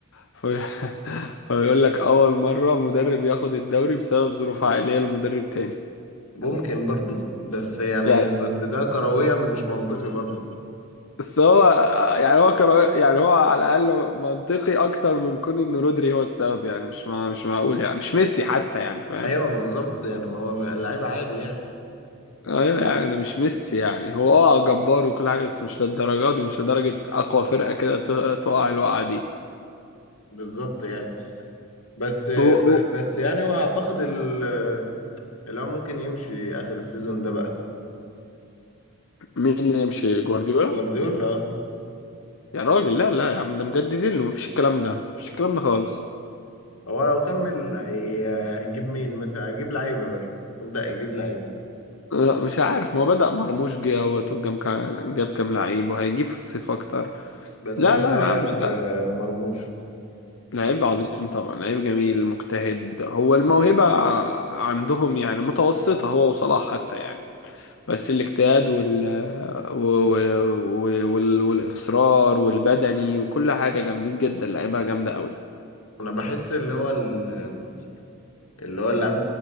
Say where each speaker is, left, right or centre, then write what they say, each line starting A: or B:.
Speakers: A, on the left (about 60°); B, on the left (about 80°).
A: فبي- <laughs> فبيقول لك أول مرة مدرب ياخد الدوري بسبب ظروف عائلية لمدرب تاني
B: ممكن برضه بس يعني
A: يعني
B: بس ده كرويا مش منطقي برضه
A: بس هو يعني هو كان يعني هو على الأقل منطقي أكتر من كون إن رودري هو السبب يعني مش مع... مش معقول يعني مش ميسي حتى يعني فاهم
B: ايوه بالظبط يعني ما هو اللعيب عادي يعني
A: ايوه يعني ده مش ميسي يعني هو اه جبار وكل حاجه بس مش للدرجه دي مش لدرجه اقوى فرقه كده ت- تقع الوقعه دي
B: بالظبط يعني بس
A: هو هو
B: بس يعني هو اعتقد ال- اللي هو ممكن يمشي اخر السيزون ده بقى
A: مين اللي يمشي جوارديولا
B: جوارديولا
A: يا راجل لا لا يا عم ده مجددين له مفيش الكلام ده مفيش الكلام ده خالص
B: هو لو كمل هي- هيجيب مين مثلا هيجيب لعيبه بقى يبدا يجيب لعيبه
A: لا، مش عارف ما هو بدأ مرموش جه اهوت وجاب كام جاب كام لعيب وهيجيب في الصيف اكتر
B: بس
A: لا
B: انت
A: لا
B: ايه رايك
A: يا عم لا
B: في مرموش
A: لعيب عظيم طبعا لعيب جميل مجتهد هو الموهبة عندهم يعني متوسطة هو وصلاح حتى يعني بس الاجتهاد وال... وال... وال... والإصرار والبدني وكل حاجة جامدين جدا لعيبة جامدة قوي
B: انا بحس اللي هو ال- اللي هو اللاعب